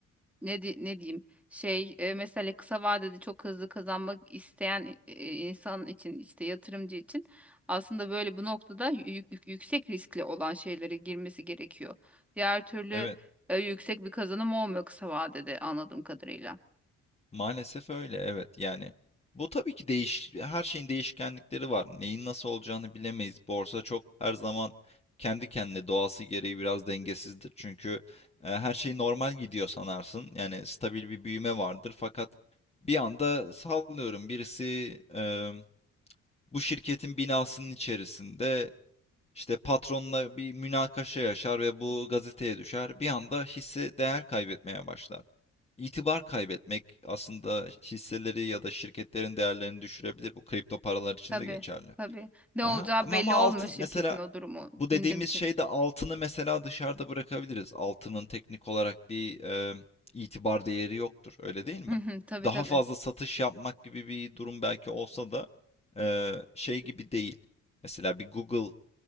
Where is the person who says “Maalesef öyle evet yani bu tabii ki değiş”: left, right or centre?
Left